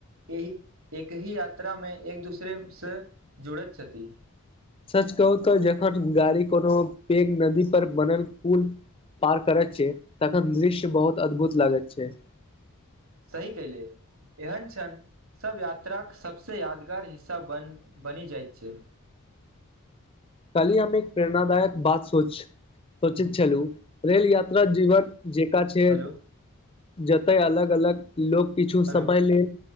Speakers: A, on the right; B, on the left.
A: एहि एकहि यात्रामे एक दूसरे सँ जुड़ैत छथि
B: सच कहु तऽ जखन गाड़ी कोनो पेघ नदी पर बनल पुल पार करे छीयै तखन दृश्य बहुत अदभुत लागैत छै
A: सही कैहले एहन छन सब यात्राक के सबस यादगार हिस्सा बन बनि जाइत छै
B: कल्हि हम एक प्रेरणादायक बात सोच सोचैत छलहु रेल यात्रा जीवन जेंका छै
A: हेलो
B: जतय अलग अलग लोक किछु
A: हेलो
B: समय लेल